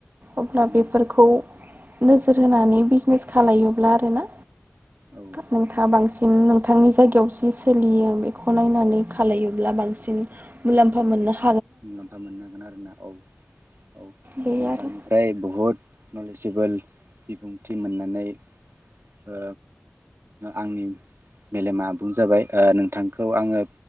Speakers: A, on the right; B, on the right.
A: अब्ला
B: उम
A: बेफोरखौ नोजोर होनानै बिजनेस खालामलायोब्ला आरो ना
B: औ
A: नोंथाङा बांसिन नोंथांनि जायगायाव जि सोलियो बेखौ नायनानै खालायोब्ला बांसिन मुलाम्फा मोननो हायो
B: मुलाम्फा मोननो हागोन आरोना औ औ
A: बे
B: नोंथांनिफ्राय
A: आरो
B: बहुद नलेजेबोल बिबुंथि मोनानै ओ आंनि मेलेमा आबुं जाबाय ओ नोंथांखौ आङो